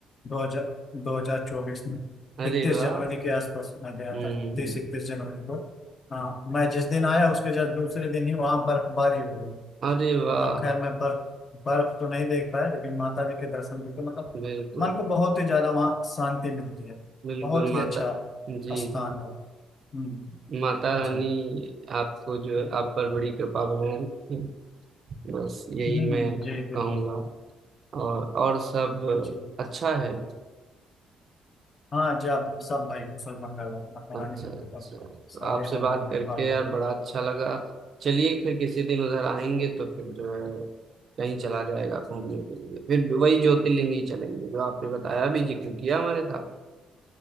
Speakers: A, on the left (about 40°); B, on the right (about 50°).
A: दो हजार दो हजार चौबीस में
B: अरे
A: इकतीस
B: वाह
A: जनवरी के आसपास मैं गया
B: हम्म
A: था तीस इकतीस जनवरी को हाँ मैं जिस दिन आया उसके जस्ट दूसरे दिन ही वहाँ बर्फबारी हो गई
B: अरे वाह
A: मतलब खैर मैं बर्फ बर्फ तो नहीं देख पाया लेकिन माता जी के दर्शन करके मतलब
B: बिल्कुल
A: मन को बहुत ही ज्यादा वहाँ शांति मिलती है
B: बिल्कुल
A: बहुत
B: माता
A: ही अच्छा
B: जी
A: स्थान
B: जी
A: है हम्म,
B: माता रानी
A: जी
B: आपको जो है आप पर बड़ी कृपा बनाए रखें बस यही
A: हम्म,
B: मैं
A: जी बिल्कुल
B: कहूँगा और और सब
A: जी
B: अच्छा है
A: हाँ जब सब भाई सलमान का लड़का, मौलाना
B: अच्छा
A: की किताब
B: अच्छा तो
A: सारे
B: आपसे
A: हॉबीज
B: बात करके
A: में फॉलो
B: यार बड़ा अच्छा लगा चलिए फिर किसी दिन उधर आएंगे तो फिर जो है कहीं चला जाएगा घूमने के लिए फिर वही ज्योतिर्लिंग ही चलेंगे जो आपने बताया भी जिक्र किया हमारे साथ